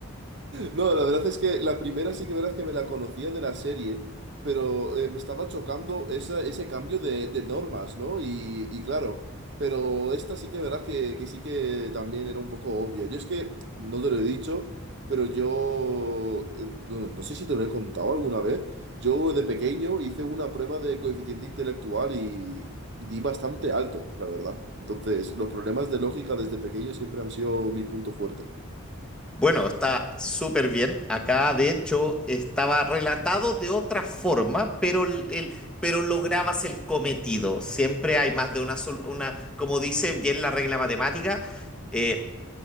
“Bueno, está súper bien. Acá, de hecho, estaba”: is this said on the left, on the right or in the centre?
Centre